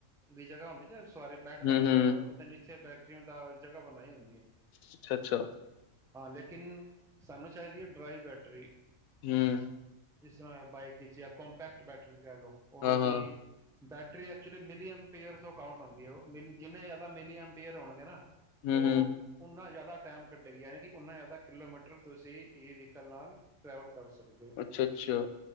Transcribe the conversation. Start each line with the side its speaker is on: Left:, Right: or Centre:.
Centre: <unintelligible> ਸੋਰੀ ਬੈਠਦਾ
Left: ਹੂੰ-ਹੂੰ,
Centre: ਡਰਾਈਵਰ ਉਹਦੇ ਨੀਚੇ ਬੈਟਰੀਆਂ ਦਾ ਜਗਾ ਬਣਾਈ ਹੁੰ
Left: ਅੱਛਾ, ਅੱਛਾ।
Centre: ਹਾਂ ਲੇਕਿਨ ਸਾਨੂੰ ਚਾਈਦੀ ਐ ਡਰਾਈ ਬੈਟਰੀ।
Left: ਹਂ।
Centre: ਜਿਸ ਰਾਂ ਬਾਈਕ ਕਿਚ ਐ ਕੋਮ ਪੈਕਟ ਬੈਟਰੀ। ਕਹਿ ਲਓ ਔਰ
Left: ਹਾਂ-ਹਾਂ,
Centre: ਉਹਦੀ ਬੈਟਰੀ ਐ <unintelligible> ਕਾਊਂਟ ਹੁੰਦੀ ਹੈ ਉਹ ਮਿਲੀ ਜਿੰਨੇ ਜ਼ਿਆਦਾ ਮਿਲੀ ਐਪੀਅਰ ਹੋਣਗੇ ਨਾ
Left: ਹੂੰ-ਹੂੰ,
Centre: ਉਹ ਓਨਾ <unintelligible> <unintelligible> ਟੈਮ ਕੱਢੇਗੀ ਯਾਨੀ ਕਿ ਉਨਾ ਜ਼ਿਆਦਾ ਕਿਲੋਮੀਟਰ ਤੁਸੀਂ ਇਹ ਵਹੀਕਲ ਨਾਲ ਟਰੈਵਲ ਕਰ ਸਕਦੇ ਹੋ
Left: ਅੱਛਾ-ਅੱਛਾ।